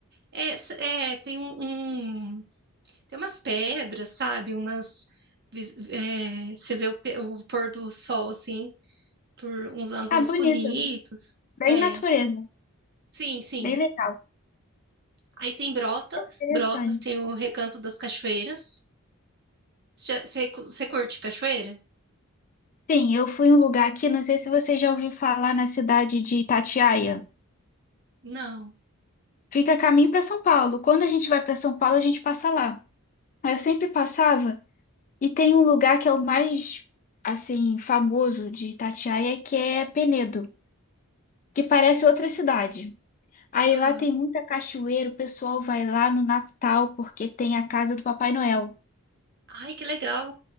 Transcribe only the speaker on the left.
Ah, bonito.
Bem
natureza.
Bem legal.
Interessante.
Sim, eu fui em um lugar aqui, não sei se você já ouviu falar na cidade de Itatiaia.
Fica a caminho para São Paulo. Quando a gente vai para São Paulo, a gente passa lá. Aí Eu sempre passava e tem um lugar que é o mais, assim, famoso de Itatiaia, que é Penedo, que parece outra cidade. Aí
lá tem muita cachoeira, o pessoal vai lá no Natal porque tem a casa do Papai Noel.